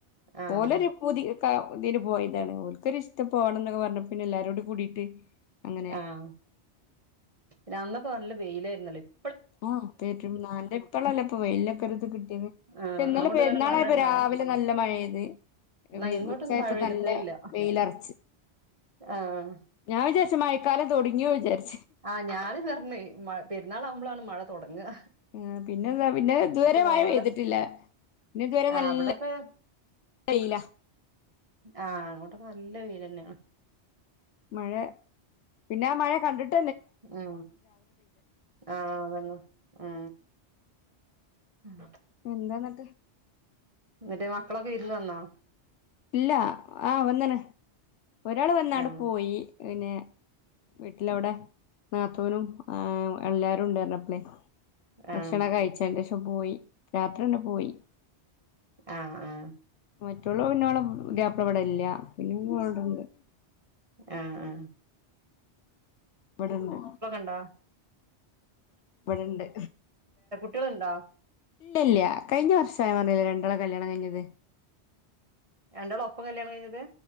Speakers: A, on the right; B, on the left.
A: ആഹ്
B: ഓലൊര് പൂതി ക്ക തിന് പോയതെ ക്കാണ് ഓലൊരിഷ്ടം പോകണന്നൊക്കെ പറഞ്ഞപ്പൊ പിന്നെല്ലാരുംകൂടി കൂടിട്ട് അങ്ങനെ
A: ആഹ് പിന്നെ അന്നൊക്കെ നല്ല വെയിലായിര്ന്നല്ലേ ഇപ്
B: ആ പേറ്റ നാന്റെ ഇപ്പളല്ലേ ഇപ്പ വയിൽ കര്ത്ക്ട് ന്ന് പക്ഷെ
A: ആഹ്
B: ഇന്നലെ
A: അങ്ങോട്ട്
B: പെര്ന്നാളായപ്പ
A: എങ്ങനെ മഴ ഉണ്ടോ?
B: രാവിലെ നല്ല മയപെയ്ത്
A: ന്ന
B: വെയ്
A: ഇങ്ങോട്ടൊന്നും
B: ഉച്ചായപ്പോ
A: മഴ പെയ്തിട്ടേ
B: നല്ല
A: ഇല്ല
B: വെയിലറിച്ച്.
A: ആഹ്
B: ഞാൻ വിചാര്ച്ച് മഴക്കാലം തൊട്ങ്ങി ഞ്ഞു വിചാരിച്ച്
A: ആ ഞാന് പറഞ്ഞു മഴപെര് ന് ന്നാളാകുമ്പളാണ് മഴ തോട്ങ്ങാ
B: ആ പിന്നെന്താ പിന്നെത് വരെ
A: പോവാതെ
B: മഴ പെയ്തിട്ടില്ല പിന്നെത് വരെ
A: ആഹ്
B: നല്ല
A: ഇവിടൊക്കെ
B: വെയ്ലാ
A: ആഹ് അങ്ങോട്ടൊക്കെ നല്ല വെയ്ലന്നെണ്
B: മഴ പിന്നെ ആ മഴ കണ്ടിട്ട്
A: ആ ആ അതന്നെ ആ അ ആ
B: എന്താന്ന്ട്ട്
A: ന്ന്ട്ട് മക്കളൊക്കെ വിര്ന്ന് വന്നോ
B: ഇല്ല ആ വന്നീണ് ഒരാള് വന്നാണ്ട്
A: ആഹ്
B: പോയി പിന്നെ വീട്ടിലവ്ടെ നാത്തൂനും ആ എല്ലാരുണ്ട് പറഞ്ഞപ്പ്ളേയ് ഭക്ഷണം
A: ആഹ്
B: കഴിചേന്റെഷം പോയി രാത്രിന്നെ പോയി
A: ആ ആ
B: മറ്റുളെ പിന്നോളെ പുതിയാപ്ലവടെല്ല പിന്നോള് വടണ്ട്
A: ആ ആ
B: വടണ്ട്
A: ഉണ്ടോ?
B: വടണ്ട്
A: ട്ട്യാള്ണ്ടോ
B: ഇല്ലല്ല കഴിഞ്ഞ വർഷാ ഞാൻ പറ്ഞ്ഞീലെ രണ്ടാളെ കല്യാണം കഴിഞ്ഞത്
A: രണ്ടാളും ഒപ്പം കല്യാണം കയി ഞ്ഞത്